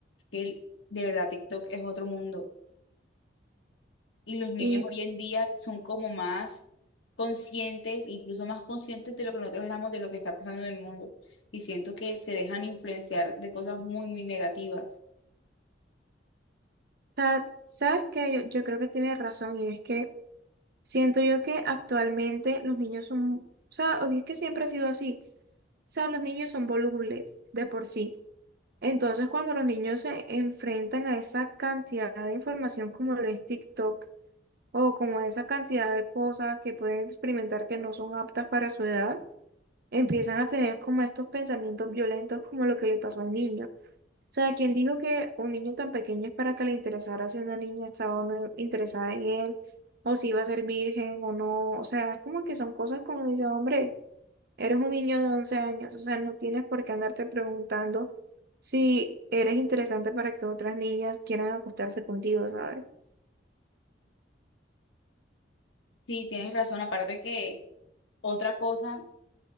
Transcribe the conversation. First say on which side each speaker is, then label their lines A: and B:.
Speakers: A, on the left; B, on the right.
A: que el- de verdad TikTok es otro mundo. Y los niños
B: Sí, o
A: hoy en día son como más conscientes, incluso más conscientes de lo que nosotros éramos, de lo que está pasando en el mundo. Y siento que se dejan influenciar de cosas muy, muy negativas.
B: sea, sabes que yo, yo creo que tienes razón y es que siento yo que actualmente los niños son, o sea, o si es que siempre ha sido así, o sea, los niños son volubles de por sí. Entonces, cuando los niños se enfrentan a esa cantidad de información como lo es TikTok, o como esa cantidad de cosas que pueden experimentar que no son aptas para su edad, empiezan a tener como estos pensamientos violentos como lo que le pasó al niño. O sea, quien dijo que un niño tan pequeño es para que le interesara si una niña estaba o no interesada en él, o si iba a ser virgen o no. O sea, es como que son cosas como dice, hombre, eres un niño de 11 años, o sea, no tienes por qué andarte preguntando si eres interesante para que otras niñas quieran acostarse contigo, ¿sabes?
A: Sí, tienes razón. Aparte que otra cosa,